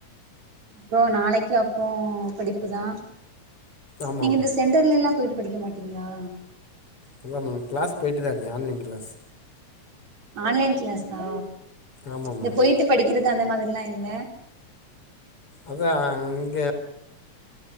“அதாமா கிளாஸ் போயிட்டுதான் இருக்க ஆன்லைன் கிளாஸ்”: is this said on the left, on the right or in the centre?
Left